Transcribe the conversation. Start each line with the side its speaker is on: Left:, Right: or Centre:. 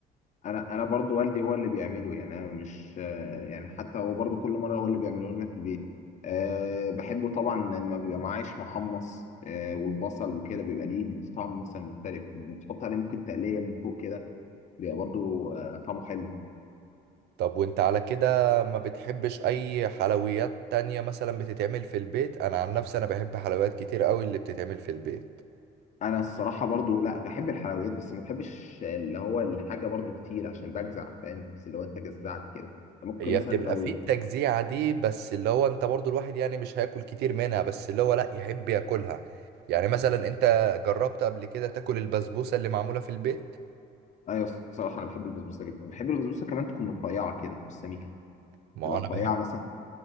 Left: انا انا برضو والدي هو اللي بيعمله يعني انا مش آه، يعني حتى هو برضو كل مره هو اللي بيعمله لنا في البيت أه بحبه طبعا لما بيبقى معاه عيش محمص أه والبصل وكده بيبقى ليه بيدي طعم مثلا مختلف بتحط عليه ممكن تقليه من فوق كده بيبقى برضو آه، طعمه حلو
Right: طب وانت على كده ما بتحبش اي حلويات تانية مثلا بتتعمل في البيت انا عن نفسي انا بحب حلويات كتير قوي اللي بتتعمل في البيت
Left: انا الصراحه برضو لا بحب الحلويات بس ما بحبش اللي هو الحاجه برضو كتير عشان بجزع فاهم بس اللي هو انت جزعت كده ممكن
Right: هي
Left: مثلا
Right: بتبقى
Left: لو
Right: في التجزيعة دي بس اللي هو انت برضو الواحد يعني مش هياكل كتير منها بس اللي هو لا يحب ياكلها يعني مثلا انت جربت قبل كده تاكل البسبوسة اللي معمولة في البيت
Left: ايوه الصراحه انا بحب البسبوسه جدا بحب البسبوسه كمان تكون رفيعه كده مش سميكه
Right: ما
Left: تبقى
Right: انا
Left: رفيعه
Right: بحب
Left: مثلا